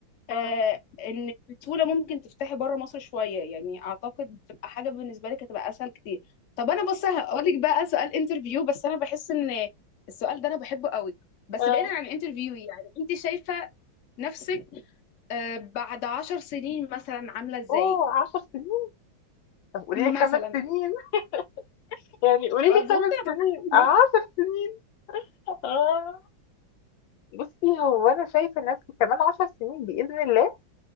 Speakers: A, on the left; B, on the left.
A: مم.
B: آه انك بسهوله ممكن تفتحي بره مصر شويه يعني اعتقد تبقى حاجه بالنسبه لك هتبقى اسهل كتير طب انا بص هقول لك بقى سؤال انترفيو بس انا بحس ان السؤال ده انا بحبه قوي بس
A: اه
B: بعيدا عن انترفيو يعني انت شايفه نفسك آه بعد عشر سنين مثلا عامله ازاي
A: اوه عشر سنين طب قولي
B: مثلا
A: لي خمس سنين <laughs> يعني قولي لي
B: قلت
A: خمس
B: انا
A: سنين
B: فتحت المود
A: عشر سنين اه بصي هو انا شايفه نفسي كمان عشر سنين باذن الله